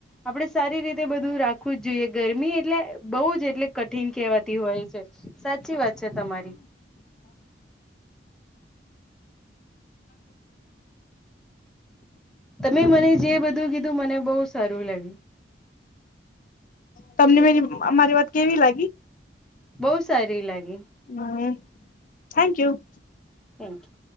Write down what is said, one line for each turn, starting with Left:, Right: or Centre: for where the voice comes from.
Centre: આપડે સારી રીતે બધું રાખવું જ જોઈએ ગરમી એટલે બઉ જ એટલે કઠિન કહેવાતી હોય છે સાચી વાત છે તમારી તમે મને જે બધું કીધું મને બહુ સારું લાગ્યું
Left: તમને મે મારી વાત કેવી લાગી
Centre: બહુ સારી લાગી
Left: હમ <inaudible> થેન્ક યુ
Centre: થેન્ક યુ